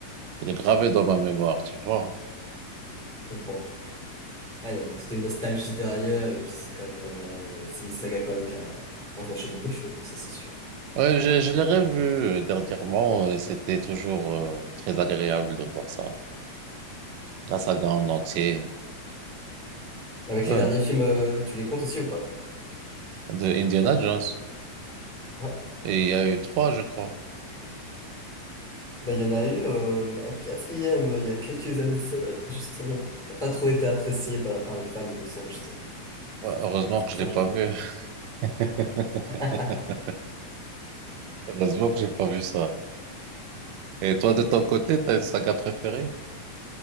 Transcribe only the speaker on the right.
de gravé dans ma mémoire, tu vois.
Ouais, je, je l'ai revu euh, dernièrement et c'était toujours euh, très agréable de voir ça, la saga en entier.
Ouais,
de Indiana Jones.
Et il y a eu trois, je crois.
Ouais, Heureusement que
je l'ai pas
vu.
<laughs>
Heureusement que j'ai pas vu ça. Et toi, de ton côté, t'as une saga préférée?